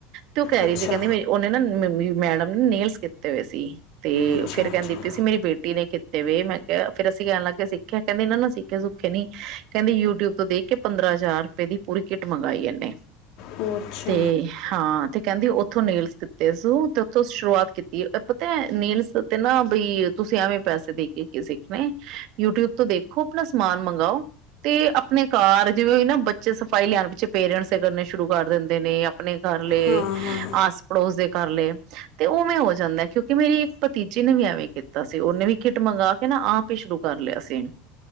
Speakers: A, on the right (about 60°); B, on the left (about 65°).
A: ਤੇ ਉਹ ਕਹਿ
B: ਅੱਛਾ
A: ਰਹੀ ਸੀ ਕਹਿੰਦੀ ਮ ਉਹਨੇ ਨਾ ਮ ਮੇਰੀ ਮੈਡਮ ਨੇ ਨੇਲਸ ਕੀਤੇ ਹੋਏ ਸੀ। ਤੇ
B: ਅੱਛਾ
A: ਫਿਰ ਕਹਿੰਦੀ
B: ਅੱਛਾ
A: ਮੇਰੀ ਬੇਟੀ ਨੇ ਕੀਤੇ ਵੇ ਮੈਂ ਕਿਹਾ ਫੇਿਰ ਅਸੀਂ ਕਹਿਣ ਲੱਗੇ ਸਿੱਖਿਆ ਕਹਿੰਦੇ ਨਾ ਸਿੱਖਿਆ ਸੁਖੇ ਨੀ ਕਹਿੰਦੀ ਯੂਟਿਊਬ ਤੋਂ ਦੇਖ ਕੇ ਪੰਦਰਾਂ ਹਜ਼ਾਰ ਰੁਪਏ ਦੀ ਪੂਰੀ ਕਿੱਟ ਮੰਗਾਈ ਇਹਨੇ
B: ਉਹ ਅੱਛਾ
A: ਤੇ ਹਾਂ ਥੇ ਕਹਿੰਦੀ ਉੱਥੋਂ ਨੇਲਸ ਦਿੱਤੇ ਸੀ ਤੇ ਉੱਥੋਂ ਸ਼ੁਰੂਆਤ ਕੀਤੀ ਪਤਾ ਹੈ ਨੇਲਸ ਤੇ ਨਾ ਬਈ ਤੁਸੀਂ ਐਵੇਂ ਪੈਸੇ ਦੇ ਕੇ ਕੀ ਸਿੱਖਣੇ ਯੂਟਿਊਬ ਤੋਂ ਦੇਖੋ ਆਪਣਾ ਸਮਾਨ ਮੰਗਵਾਓ ਤੇ ਆਪਣੇ ਕਾਰ ਜਿਵੇਂ ਨਾ ਬੱਚੇ ਸਫ਼ਾਈ ਲਿਆਉਣ ਪਿੱਛੇ ਪੇਰੈਂਟਸ ਕਰਨੇ ਸ਼ੁਰੂ ਕਰ ਦਿੰਦੇ ਨੇ ਆਪਣੇ ਘਰ ਲਏ
B: ਹਾਂ ਹਾਂ
A: ਆਸ ਪੜੋਸ ਦੇ ਕਰ ਲਏ ਤੇ ਉਹਵੇੈਂ ਹੋ ਜਾਂਦਾ ਕਿਉਂਕਿ ਮੇਰੀ ਇੱਕ ਭਤੀਜੀ ਨੇ ਵੀ ਐਵੇ ਹੀ ਕੀਤਾ ਸੀ ਉਹਨੇ ਵੀ ਕਿੱਟ ਮੰਗਾ ਕੇ ਨਾ ਆਪ ਹੀ ਸ਼ੁਰੂ ਕਰ ਲਿਆ ਸੀਨ